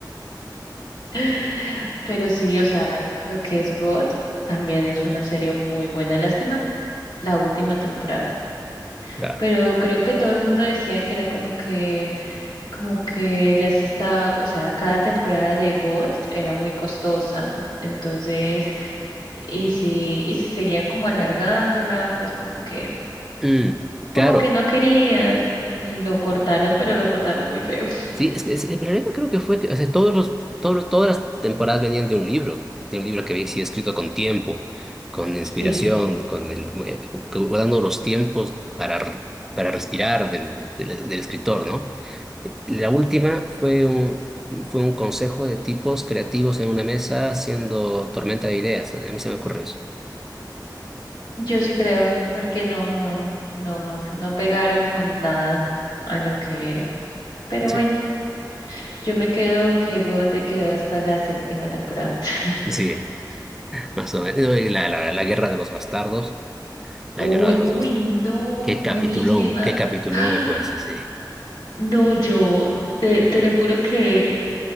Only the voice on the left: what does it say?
<laughs> Pero sí, o sea, lo que es God también es una serie muy buena. Lástima la última temporada.
Pero creo que todo el mundo decía que era como que, como que ya se está, o sea, cada temporada de God era muy costosa. Entonces, y si, y si seguían como alargándola, pues como que
Como que no querían y lo cortaron, pero lo cortaron muy feo. <laughs>
Sí,
yo sí creo, porque no, no, no, no, no pegaron con nada a lo que era. Pero
bueno, yo me quedo que God te quedó hasta la séptima temporada. <laughs>
Uy,
uy,
no,
buenísima.
<gasps> ¡Ah!
No, yo te, te lo juro que,